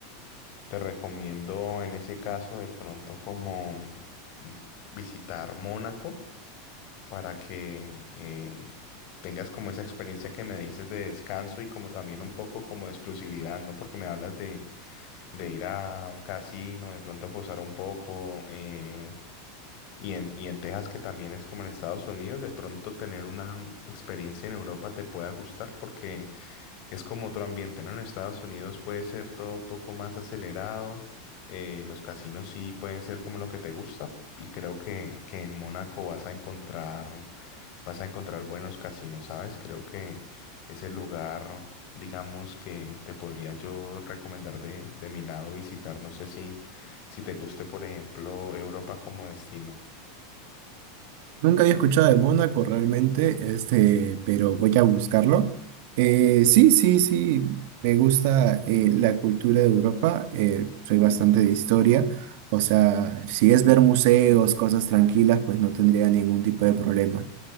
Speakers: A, on the left; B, on the right.
A: Te recomiendo en ese caso de pronto como mm, visitar Mónaco para que eh, tengas como esa experiencia que me dices de descanso y como también un poco como de exclusividad, ¿no? Porque me hablas de de ir a un casino, de pronto posar un poco, eh, y en, y en Texas, que también es como en Estados Unidos, de pronto tener una mm, experiencia en Europa te pueda gustar porque es como otro ambiente, ¿no? En Estados Unidos puede ser todo un poco más acelerado, eh, los casinos sí pueden ser como lo que te gusta y creo que, que en Mónaco vas a encontrar, vas a encontrar buenos casinos, ¿sabes? Creo que es el lugar, digamos, que te podría yo recomendar de, de mi lado visitar. No sé si, si te guste, por ejemplo, Europa como destino.
B: Nunca había escuchado de Mónaco realmente, este, pero voy a buscarlo. Eh, sí, sí, sí, me gusta eh, la cultura de Europa, eh, soy bastante de historia. O sea, si es ver museos, cosas tranquilas, pues no tendría ningún tipo de problema.